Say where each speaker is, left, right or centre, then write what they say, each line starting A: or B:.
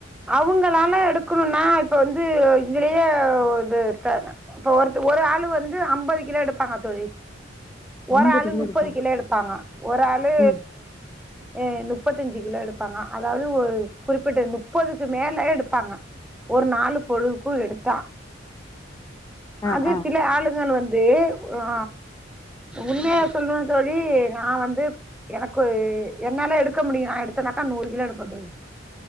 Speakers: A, in the centre; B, on the left.
A: அவுங்களால எடுக்குணுனா இப்ப வந்து இதுலேயே ஒ இது இப்ப ந ஒரு ஒரு ஆளு வந்து ஐம்பது கிலோ எடுப்பாங்க தோழி ஒரு
B: அம்பது
A: ஆளு நுப்பது
B: எடுப்போ
A: கிலோ எடுப்பாங்க ஒரு ஆளு
B: ம்
A: ஏ நுப் முப்பத்தஞ்சு கிலோ எடுப்பாங்க அதாவது ஒரு குறிப்பிட்ட இன்னு முப்பதுக்கு மேல எடுப்பாங்க ஒரு நாலு பொழுதுக்கும் எடுத்தா
B: ஆ
A: அது
B: ஆ
A: சில ஆளுகள் வந்து உ ஆ உண்மையா சொல்னுன் தோழி நா வந்துப் எனக்கு என்னால எடுக்க முடியும் நா எடுத்தனாக்கா நூறு கிலோ எடுப்பந் தோழி